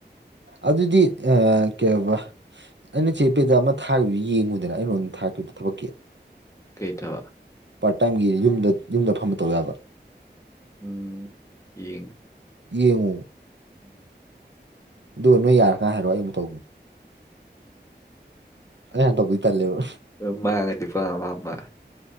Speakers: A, on the right; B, on the left.
A: ꯑꯗꯨꯗꯤ ꯑ ꯀꯕ ꯑꯩꯅ ꯆꯦ ꯄꯦꯗ ꯑꯃ ꯊꯥꯈꯤꯕꯗꯨ ꯌꯦꯡꯉꯨꯗꯅ ꯑꯩꯉꯣꯟꯗ ꯊꯥꯈꯤꯕꯗꯣ ꯊꯕꯛꯀꯤ
B: ꯀꯩ ꯊꯕ
A: ꯄꯥꯔꯠ ꯇꯥꯏꯝꯒꯤ ꯌꯨꯝꯗ ꯌꯨꯝꯗ ꯐꯝꯕ ꯇꯧ ꯌꯥꯕ
B: ꯎꯝ ꯌꯦ
A: ꯌꯦꯉꯣ
B: ꯎꯝ
A: ꯑꯗꯨ ꯅꯣꯏ ꯌꯥꯔꯒ ꯍꯥꯏꯔꯛꯑꯣ ꯑꯩ ꯑꯃꯨꯛ ꯇꯧꯒꯦ ꯑꯩ ꯍꯥꯟꯅ ꯇꯧꯕꯗꯤ ꯇꯜꯂꯦꯕ
B: ꯑꯃ ꯀꯄꯃ